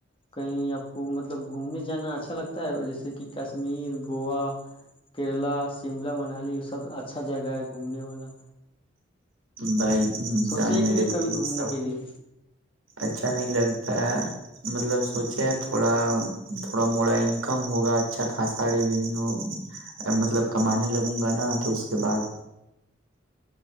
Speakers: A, on the left; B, on the right.
A: کہیں آپ کو مطلب گھومنے جانا اچھا لگتا ہے جیسے کہ کشمیر گووا کیرلا شملہ منالی یہ سب اچھا جگہ ہے گھومنے والا
B: بھائی
A: سوچے
B: جان میرے
A: کہ نہیں کبھی گھومنے
B: س
A: کے لیے
B: اچھا نہیں لگتا ہے مطلب سوچے تھوڑا تھوڑا موڑا انکم ہوگا اچھا خاصا ریوینیو مطلب کمانے لگوں گا نا تو اس کے بعد